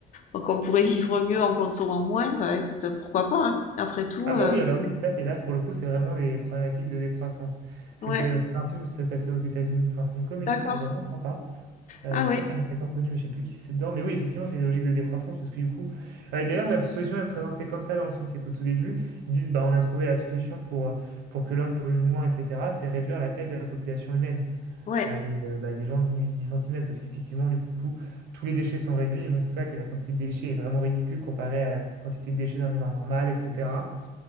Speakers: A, on the left; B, on the right.
A: donc on pourrait vivre mieux en consommant moins. Bah écoute, pourquoi pas, hein, après tout.
B: Ah bah
A: euh,
B: oui, ah bah oui, tout à fait. Là, pour le coup, c'est vraiment des problématiques de décroissance. C'était,
A: ouais,
B: euh, c'est un film, ça se passait aux États-Unis. Enfin, c'est une comédie,
A: d'accord.
B: c'est vraiment sympa. Euh,
A: Ah
B: je
A: ouais,
B: crois qu'il y a un acteur connu, mais je sais plus qui c'est dedans. Mais oui, effectivement, c'est une logique de décroissance parce que du coup. euh, et d'ailleurs, la solution est présentée comme ça dans le film, c'est qu'au tout début, ils disent bah on a trouvé la solution pour, euh, pour que l'homme pollue moins, etc. C'est réduire la taille de la population humaine
A: ouais,
B: à des, euh, bah, des gens de 10 10 cm parce qu'effectivement, du coup, tous les déchets sont réduits. Ils montrent ça que la quantité de déchets est vraiment ridicule comparée à la quantité de déchets d'un humain normal, etc.